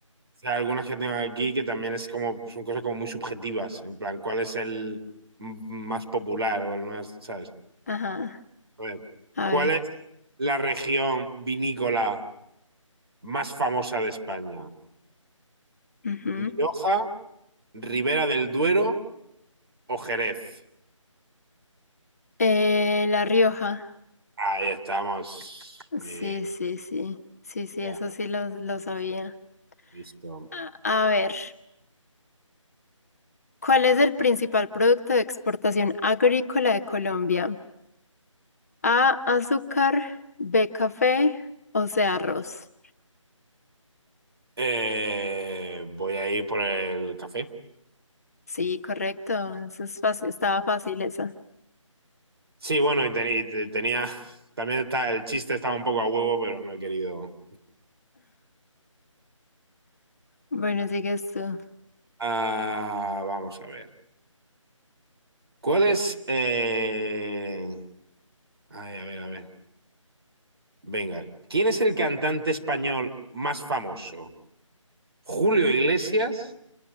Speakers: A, on the right (about 50°); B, on the left (about 30°).
A: sea, algunas que tengo aquí que también es como, son cosas como muy subjetivas, en plan, ¿cuál es el m- más popular o el más, sabes?
B: <laughs> Ajá,
A: A ver,
B: a
A: ¿cuál
B: ver.
A: es la región vinícola más famosa de España?
B: ujú.
A: ¿Rioja, Ribera del Duero o Jerez?
B: Eh, La Rioja.
A: Ahí estamos. Muy
B: Sí,
A: bien,
B: sí, sí. Sí, sí,
A: ya,
B: eso sí lo, lo sabía.
A: listo.
B: A, a ver, ¿cuál es el principal producto de exportación agrícola de Colombia? A, azúcar, B, café o C, arroz.
A: Eh, voy a ir por el café.
B: Sí, correcto. Eso es fácil, estaba fácil esa.
A: Sí, bueno, y, teni- y te- tenía, <laughs> también está, el chiste estaba un poco a huevo, pero no he querido.
B: Bueno, sigues tú.
A: Ah, vamos a ver. ¿Cuál es? eh, Ay, a ver, a ver. Venga, ¿quién es el cantante español más famoso? ¿Julio Iglesias,